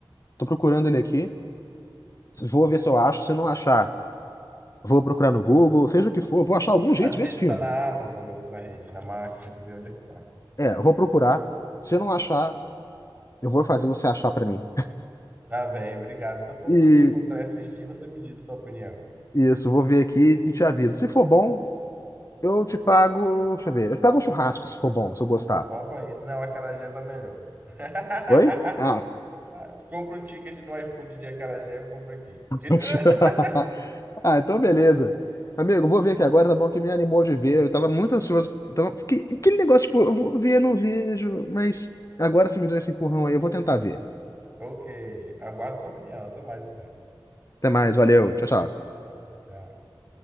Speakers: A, on the left (about 40°); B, on the right (about 20°).
A: Tô procurando ele aqui. Vou ver se eu acho. Se eu não achar, vou procurar no Google, seja o que for. Vou achar algum jeito
B: Às
A: de
B: vezes
A: ver esse filme.
B: está na Amazon em outra rede, na Max, tem que ver onde é que tá.
A: É, eu vou procurar. Se eu não achar, eu vou fazer você achar pra mim.
B: Tá bem, obrigado. Então, quando
A: E
B: você encontrar e assistir, você me diz a sua opinião.
A: isso, vou ver aqui e te aviso. Se for bom, Eu te pago. Deixa eu ver. Eu te pago um churrasco se for bom, se eu gostar.
B: Ó, o país, não, a acarajé tá melhor. <laughs>
A: Oi? Ah,
B: Ah, Compra um ticket no iFood de acarajé, eu compro aqui.
A: <laughs>
B: Porque se- <laughs>
A: Ah, então beleza. Amigo, eu vou ver aqui agora, tá bom? Que me animou de ver. Eu tava muito ansioso. Eu Tava... fiquei- Aquele negócio, tipo, eu vou ver, não vejo. Mas agora você me deu esse empurrão aí. Eu vou tentar ver.
B: Ok, aguardo sua opinião. Até mais, então.
A: Até mais, valeu. Tchau, tchau.
B: Tchau.